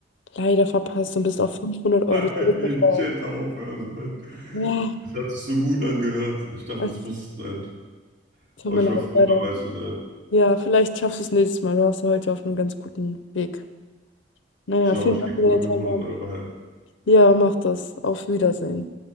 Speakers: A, on the left; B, on the right.
A: leider verpasst und bist auf 500 Euro
B: <laughs>
A: zurückgefallen.
B: Ich hätte aufhören sollen.
A: Ja,
B: Das hat sich so gut angehört. Ich dachte,
A: es
B: das muss es sein.
A: tut
B: Aber
A: mir
B: ich
A: leid,
B: war froh,
A: leider.
B: dabei zu sein.
A: Ja, vielleicht schaffst du es nächstes Mal. Du warst ja heute auf einem ganz guten Weg. Naja,
B: Ciao,
A: vielen
B: ich
A: Dank
B: gebe
A: für deine
B: mal 500
A: Teilnahme.
B: Euro heim.
A: Ja, mach das. Auf Wiedersehen.